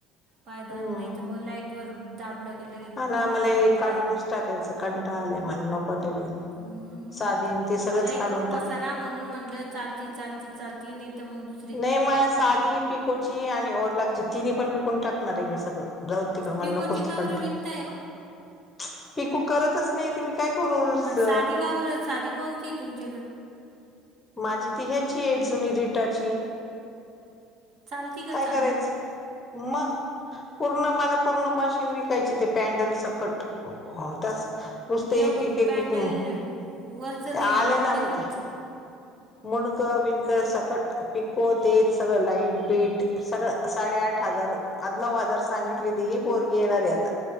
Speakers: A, on the right; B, on the left.
A: पायदा
B: हम्म
A: नाही तर मग लाईट वर दाबलं. का लगे
B: हा ना मला
A: खालीूनून
B: हे
A: पायन
B: काढूनच टाकायचं कंटाळ आलाय मला नकोटेल
A: हम्म.
B: साधीन ते सगळंच
A: मलाही
B: काढून
A: खूप पसारा
B: टाक.
A: म्हणून म्हटलं ल चाल चाल नाही तर मगु
B: नाही म साधी पिकोची आणि ओरलागची तिनपण विकून टाकणार आहे मी सगळं. जाऊ तिकां म्हणून
A: पिकोची
B: कोसं
A: का
B: ती कं
A: बरं
B: न ट मला नकोच
A: विकताय हो
B: तिकू करतच नाही त मी काय करू? स
A: अन साधी का बरबर साधी कोणती तुमच्याकड.
B: माझी ती ह्याची आहे जुनी रिटाची.
A: चालती का
B: काय
A: चांगली
B: करायच म. पूर्ण मला पूर्ण मशीन विकायची ते पॅनडल सकट. होणतास नुसते
A: एवढं
B: एक एक एक
A: पॅन्डल
B: एक
A: वरचं
B: ते
A: नाही
B: आले
A: मुंडकं
B: ना मज
A: नाही विचार
B: मुडक बिणक सकट पिको तेच सगळ लाईट बीट सगळं साडेआठ. आठ हजार आ नऊ हजार सांगितली ती बोरगी येणारे आता